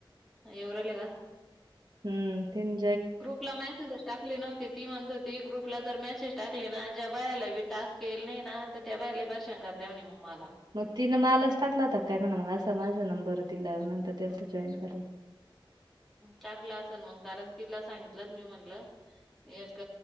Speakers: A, in the centre; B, on the right.
A: येवु राहिला का?
B: हं तिन
A: ग्रुपला मेसेज टाकली नव्हती, ती म्हणत होती, ग्रुपला जर मेसेज टाकली ना, ज्या बाईला बी टास्क येणार नाही ना, तर त्या... त्या बाया लय परेशान करतात, म्हण, मग मला!
B: मग तिनं मालाच टाकला होता, काय, मग असा माझा नंबर दिला नंतर, त्यात जॉईन्ट करायला.
A: टाकला असेल मग, कारण तिला सांगितलं मी, म्हणलं एक